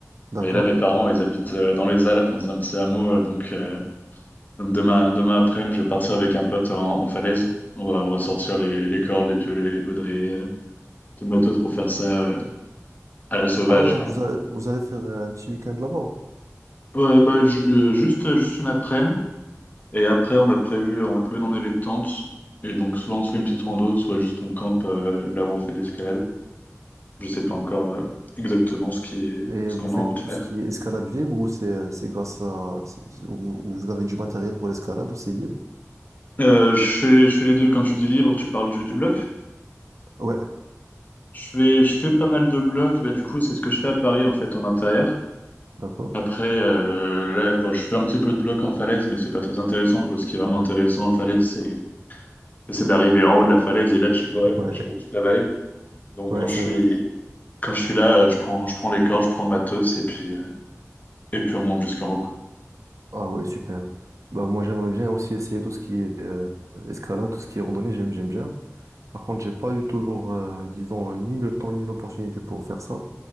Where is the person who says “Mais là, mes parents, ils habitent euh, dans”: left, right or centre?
Left